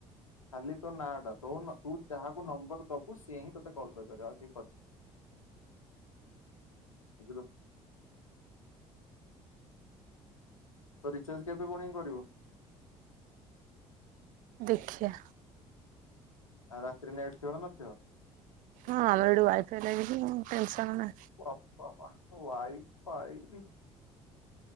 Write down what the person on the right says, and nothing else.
ଦେଖିଆ।
ହଁ ଆମର ଏଠି ୱାଇଫାଇ ଲାଗିଛି। ଟେନସନ୍ ନାହିଁ।